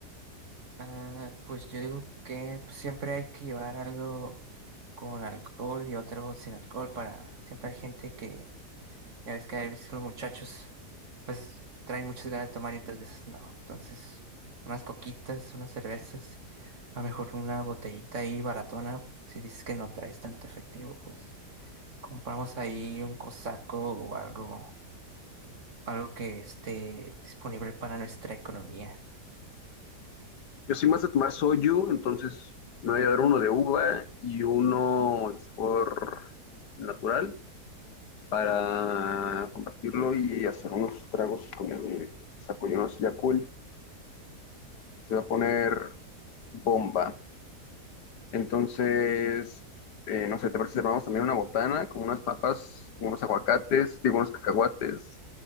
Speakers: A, on the right; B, on the left.
A: Ah, pues yo digo que pues, siempre hay que llevar algo con alcohol y otro sin alcohol para siempre hay gente que, ya ves que a veces los muchachos pues traen muchas ganas de tomar y otras veces no. Entonces, unas coquitas, unas cervezas, a lo mejor una botellita ahí baratona, si dices que no traes tanto efectivo, pues compramos ahí un cosaco o algo, algo que esté disponible para nuestra economía.
B: Yo soy más de tomar soju, entonces me voy a dar uno de uva y uno de sabor natural para compartirlo y hacer unos tragos con el saco, ya cool. Se va a poner bomba. Entonces, eh, no sé, ¿te parece si armamos también una botana con unas papas, unos aguacates, digo, unos cacahuates,